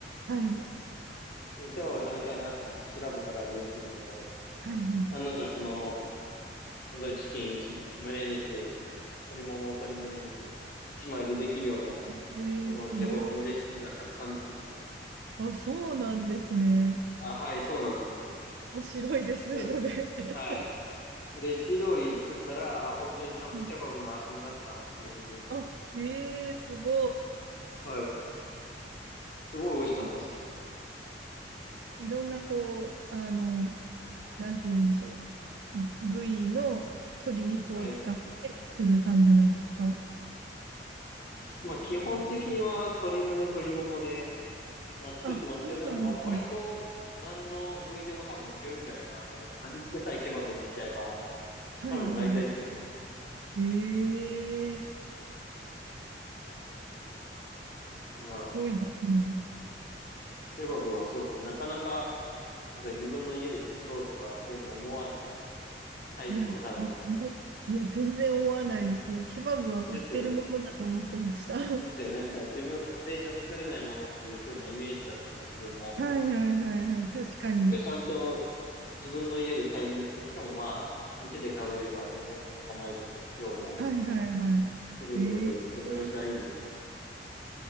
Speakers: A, on the right; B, on the left.
A: はい
B: えケバブ食べたいなって思って調べたら YouTube とかで、
A: はいはい。
B: 案の定その、サンドイッチチキン1、胸肉、鶏もも、鶏胸肉、1枚でできるような、
A: ええすごい。
B: そのケバブのレシピがたくさん出てきて。
A: あ、そうなんですね。
B: あ、はい、そうなんですよ。
A: 面白いですね、
B: で、
A: それ。<laughs>
B: はい。レシピ通りに作ったら、あ、本当にちゃんとケバブの味になったっていうので、
A: はいあ、ええすご
B: はい。すごい美味しかったですね。
A: い。いいろんな、こう、あの、なんて言うんでしょう。部位の鶏肉を使って作る感じなんですか
B: はい。まあ、基本的には鶏胸、鶏ももで、まあ、作ってますけど、
A: あ、そうなんですね。
B: でもわ、割と、何の部位でも多分いけるんじゃないかなと思います。味付けさえケバブにしちゃえば、
A: はいはいは
B: もう多分大体いけると思います。
A: い。ええ
B: いや、
A: すごいですね。
B: ケバブはそうですね。なかなか、なんか自分の家で作ろうとか、そういうの思わないタイプの多分。
A: いや、ももいや、全然思わないですね。ケバブは売ってるものだと思ってました。
B: ですよね。
A: <laughs>
B: ですよね。なんか自分、家庭じゃ作れないものっていう風なイメージだったんで、自分も。
A: はいはいはいはい。
B: なんかそ
A: 確かに。
B: れがちゃんと自分の家で再現できて、しかもまあ、店で買うよりは全然コスパも良く、量も多く
A: はいはいはい。
B: 作れるので、めちゃめちゃいいです。
A: えー、